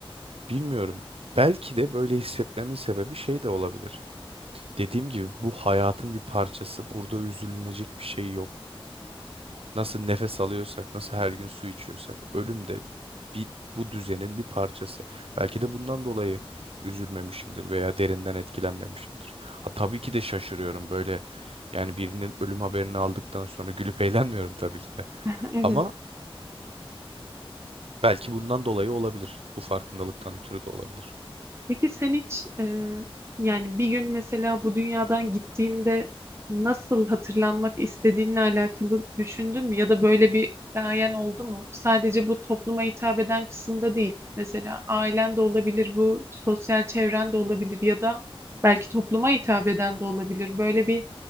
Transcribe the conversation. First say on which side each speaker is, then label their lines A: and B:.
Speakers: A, on the right; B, on the right.
A: Bilmiyorum. Belki de böyle hissetmemin sebebi şey de olabilir. Dediğim gibi bu hayatın bir parçası. Burada üzülünecek bir şey yok. Nasıl nefes alıyorsak, nasıl her gün su içiyorsak, ölüm de bir, bu düzenin bir parçası. Belki de bundan dolayı üzülmemişimdir veya derinden etkilenmemişimdir. Ha tabii ki de şaşırıyorum böyle. Yani birinin ölüm haberini aldıktan sonra gülüp eğlenmiyorum tabii ki de.
B: <laughs> Evet.
A: Ama belki bundan dolayı olabilir. Bu farkındalıktan ötürü de olabilir.
B: Peki sen hiç e, yani bir gün mesela bu dünyadan gittiğinde nasıl hatırlanmak istediğinle alakalı düşündün mü? Ya da böyle bir gayen oldu mu? Sadece bu topluma hitap eden kısımda değil. Mesela ailen de olabilir, bu sosyal çevren de olabilir ya da belki topluma hitap eden de olabilir. Böyle bir